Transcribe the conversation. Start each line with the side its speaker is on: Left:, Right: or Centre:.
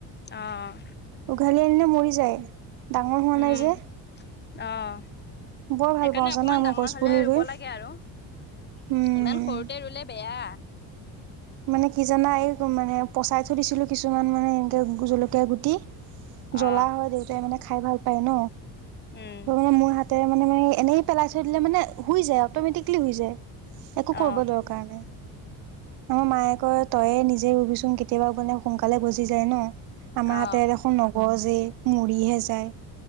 Left: আহ
Right: উঘালি আনিলে মৰি যায়, ডাঙৰ হোৱা
Left: উম,
Right: নাই যে।
Left: অ',
Right: বৰ ভাল
Left: সেইকাৰণে
Right: পাওঁ জানা
Left: অকমান
Right: মই
Left: ডাঙৰ
Right: গছ
Left: হলে
Right: পুলি
Left: ৰুব
Right: ৰুই
Left: লাগে আৰু।
Right: উম।
Left: ইমান সৰুতে ৰুলে বেয়া।
Right: মানে কি জানা এই মানে পচাই থৈ দিছিলো কিছুমান মানে এনেকে জলকীয়া গুটি।
Left: অ
Right: জ্বলা হয় দেউতাই মানে খাই ভাল পায় ন,
Left: উম
Right: ত মানে মোৰ হাত। ততে মানে মে এনেই পেলাই থৈ দিলে মানে শ যায় অটমেটিকেলি হৈ যায়। একো
Left: অ
Right: কৰিব দৰকাৰ নাই। ন মায়ে কয় তইয়ে নিজে ৰবিচোন কেতিয়াবা মানে সোনকালে গজি যায় ন। আমাৰ
Left: অ
Right: হাতে দেখোন নগ যে এই মৰিহে যায়,